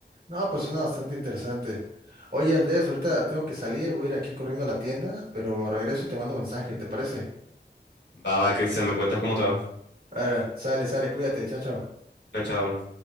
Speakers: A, on the right; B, on the left.
A: No, pues suena bastante interesante. Oye, Andrés, ahorita tengo que salir, voy a ir aquí corriendo a la tienda, pero regreso y te mando mensaje, ¿te parece?
B: Va, va, Cristian, ¿me cuentas cómo te va?
A: Ahora, sale, sale, cuídate, chao, chao.
B: Chao. chao.